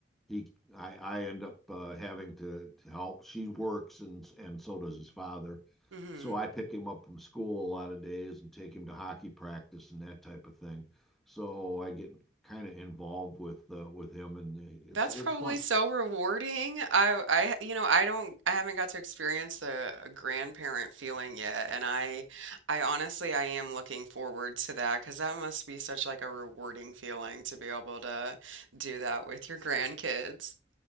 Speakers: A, in the centre; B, on the right.
A: he I I end up uh, having to, to help. She works and and so does his father.
B: hmm
A: So I pick him up from school a lot of days and take him to hockey practice and that type of thing. So I get kind of involved with uh, with him and it's
B: That's
A: it's
B: probably
A: fun.
B: so rewarding. I I you know, I don't I haven't got to experience the grandparent feeling yet and I I honestly I am looking forward to that because that must be such like a rewarding feeling to be able to do that with your grandkids.